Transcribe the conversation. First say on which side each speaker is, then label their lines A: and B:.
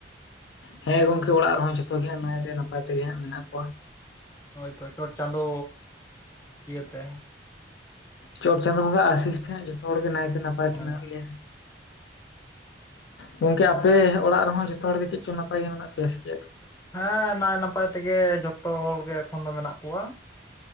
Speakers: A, on the left; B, on the left.
A: ᱦᱮᱸ ᱜᱚᱝᱠᱮ ᱚᱲᱟᱜ ᱨᱮᱦᱚᱸ ᱡᱚᱛᱚ ᱜᱮ ᱱᱟᱭ ᱛᱮᱜᱮ ᱱᱟᱯᱟᱭ ᱛᱮᱜᱮ ᱦᱟᱸᱜ ᱢᱮᱱᱟᱜ ᱠᱚᱣᱟ
B: ᱦᱳᱭᱛᱚ ᱪᱚᱴ ᱪᱟᱸᱫᱳ ᱤᱭᱟᱹᱛᱮ
A: ᱪᱚᱴ ᱪᱟᱸᱫᱳ ᱵᱚᱸᱜᱟᱣᱟᱜ ᱟᱥᱤᱥ ᱛᱮᱦᱟᱸᱜ ᱡᱚᱛᱚ ᱦᱚᱲᱜᱮ ᱱᱟᱭᱛᱮ ᱱᱟᱯᱟᱭ ᱛᱮ
B: ᱚ
A: ᱢᱮᱱᱟᱜ ᱞᱮᱭᱟ ᱜᱚᱝᱠᱮ ᱟᱯᱮ ᱚᱲᱟᱜ ᱨᱮᱦᱚᱸ ᱡᱚᱛᱚ ᱦᱚᱲᱜᱮ ᱪᱮᱫ ᱪᱚᱝ ᱱᱟᱯᱟᱭ ᱜᱮ ᱢᱮᱱᱟᱜ ᱯᱮᱭᱟ ᱥᱮ ᱪᱮᱫ
B: ᱦᱮᱸ ᱱᱟᱭ ᱱᱟᱯᱟᱭ ᱛᱮᱜᱮ ᱡᱷᱚᱛᱚ ᱦᱚᱲ ᱜᱮ ᱮᱠᱷᱚᱱ ᱫᱚ ᱢᱮᱱᱟᱜ ᱠᱚᱣᱟ